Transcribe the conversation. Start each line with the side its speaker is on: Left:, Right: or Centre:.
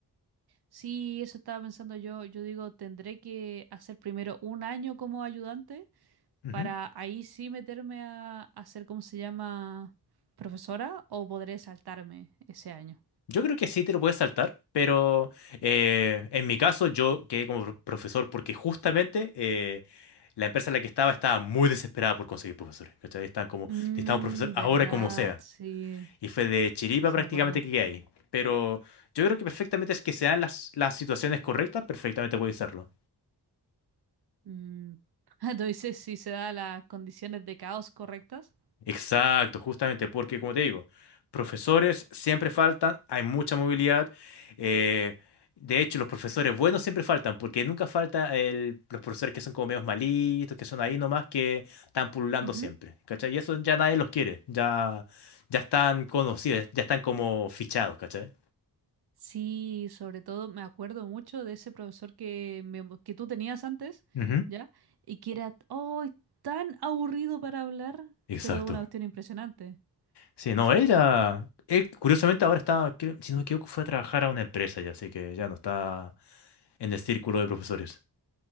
Right: Sí, eso estaba pensando yo. Yo digo, tendré que hacer primero un año como ayudante
Left: Ujú.
Right: para ahí sí meterme a, a ser, ¿cómo se llama? profesora o podré saltarme ese año.
Left: Yo creo que sí te lo puedes saltar, pero eh, en mi caso yo quedé como pro- profesor porque justamente eh, la empresa en la que estaba estaba muy desesperada por conseguir profesores. ¿Cachai? Estaban como,
Right: Mm,
Left: necesitamos un profesor
Right: verdad,
Left: ahora como sea.
Right: sí,
Left: Y fue de chiripa
Right: sí, sí
Left: prácticamente
Right: me acuerdo.
Left: que quedé ahí. Pero yo creo que perfectamente es que sean las, las situaciones correctas, perfectamente puedes hacerlo.
Right: Mm. <laughs> Tú dices si se da las condiciones de caos correctas.
Left: Exacto, justamente porque, como te digo, profesores siempre faltan, hay mucha movilidad. eh, de hecho, los profesores buenos siempre faltan, porque nunca falta el, los profesores que son como medios malitos, que son ahí nomás, que están pululando
Right: Ujú.
Left: siempre. ¿Cachai? Y eso ya nadie los quiere, ya, ya están conocidos, ya ya están como fichados, ¿cachai?
Right: Sí, sobre todo me acuerdo mucho de ese profesor que, me- que tú tenías antes,
Left: Ujú,
Right: ¿ya? Y que era oh, tan aburrido para hablar,
Left: Exacto.
Right: pero una cuestión impresionante.
Left: Sí, no,
Right: Sí.
Left: él ya, él curiosamente ahora está, creo- si no me equivoco, fue a trabajar a una empresa ya, así que ya no está en el círculo de profesores.